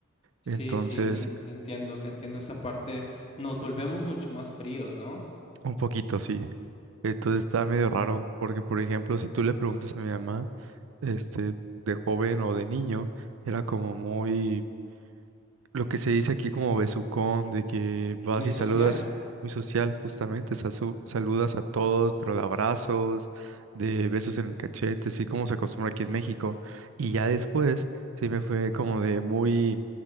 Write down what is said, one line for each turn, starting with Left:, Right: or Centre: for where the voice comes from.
Left: Sí,
Right: Entonces,
Left: sí, te, en- te entiendo, te entiendo esa parte. Nos volvemos mucho más fríos, ¿no?
Right: un poquito sí. Entonces está medio raro, porque por ejemplo, si tú le preguntas a mi mamá, este, de joven o de niño, era como muy lo que se dice aquí como besucón, de que vas
Left: Muy
Right: y
Left: social.
Right: saludas muy social, justamente, sasu- saludas a todos, pero de abrazos, de besos en el cachete, así como se acostumbra aquí en México. Y ya después, sí me fue como de muy,